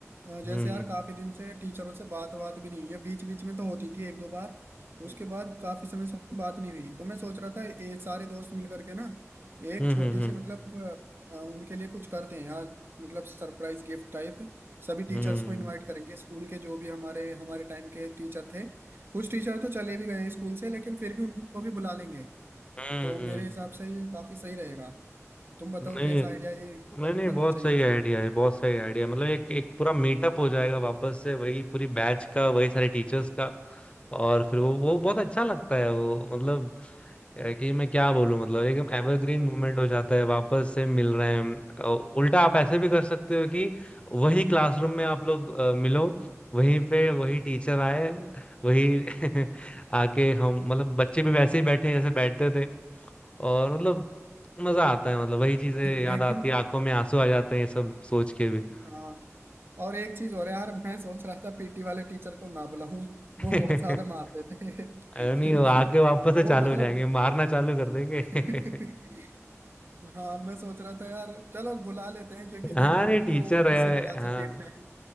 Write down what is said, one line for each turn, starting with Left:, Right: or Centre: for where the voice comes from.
Right: अ,
Left: हम्म
Right: जैसे यार काफी दिन से टीचरों से बात बात भी नहीं हुई है बीच बीच में तो होती थी एक दो बार
Left: हम्म
Right: उसके बाद काफी समय से बात नहीं हुई तो मैं सोच रहा था ये सारे दोस्त मिल करके ना एक
Left: हम्म
Right: छोटी
Left: हम्म
Right: सी मतलब अ, उनके लिए कुछ करते हैं यार मतलब सरप्राइज गिफ्ट टाइप सभी टीचर्स
Left: हम्म
Right: को इनवाइट करेंगे स्कूल के जो भी हमारे हमारे टाइम के टीचर थे कुछ टीचर तो चले भी गए हैं स्कूल से लेकिन फिर भी उनको भी बुला लेंगे
Left: हम्म
Right: तो
Left: हम्म,
Right: मेरे
Left: हम्म।
Right: हिसाब से ये काफी सही रहेगा तुम बताओ
Left: नहीं
Right: कैसा आइडिया ये मतलब
Left: नहीं नहीं
Right: करना
Left: बहुत
Right: चाहिए
Left: सही
Right: कि
Left: आइडिया
Right: नहीं
Left: है बहुत सही आइडिया मतलब एक एक पूरा मीटअप हो जाएगा वापस से वही पूरी बैच का वही सारे टीचर्स का और फिर वो वो बहुत अच्छा लगता है वो मतलब अ, कि मैं क्या बोलूं मतलब एकदम एवरग्रीन मूवमेंट हो जाता है वापस से मिल रहे हैं हम। अ, उल्टा आप ऐसे भी कर सकते हो कि वही क्लासरूम में आप लोग अ, मिलो वहीं पे वही टीचर आए वही <laughs> आके हम
Right: <laughs>
Left: मतलब
Right: ले,
Left: बच्चे भी वैसे ही बैठे हैं जैसे बैठते थे और मतलब मजा आता है मतलब वही चीजें याद
Right: लेकिन
Left: आती है आंखों में आंसू आ जाते हैं ये सब सोच के भी
Right: हाँ और एक चीज और है यार मैं सोच रहा था पीटी वाले टीचर को ना बुलाऊं
Left: <laughs>
Right: वो बहुत ज्यादा मारते थे
Left: अरे
Right: <laughs>
Left: नहीं
Right: क्योंकि
Left: वो आके वापस से
Right: वो
Left: चालू
Right: मतलब
Left: हो जाएंगे मारना चालू कर देंगे
Right: <laughs>
Left: <laughs>
Right: हाँ मैं सोच रहा था यार चलो बुला लेते हैं क्योंकि
Left: हाँ
Right: देखो
Left: नहीं टीचर
Right: वो
Left: है
Right: किसी वजह से
Left: हाँ
Right: पीटते हैं